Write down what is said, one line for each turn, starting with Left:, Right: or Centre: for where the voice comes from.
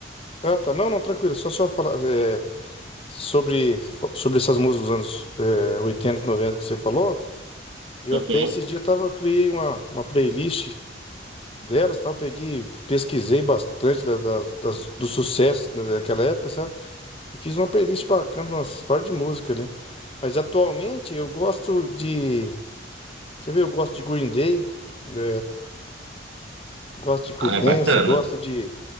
Left: Ah, tá, não, não, tranquilo. Só só falar eh, sobre, sobre essas músicas dos anos eh, 80 e 90 que você falou. Eu
Right: Uhum.
Left: até esses dias tava, criei uma, uma playlist delas, tal, peguei, pesquisei bastante da- das, das, dos sucessos daquela época, sabe? E fiz uma playlist bacana, umas partes de música ali. Mas atualmente eu gosto de. Quer ver? Eu gosto de Green Day, né? gosto de Creedence,
Right: Ah, é bacana.
Left: gosto de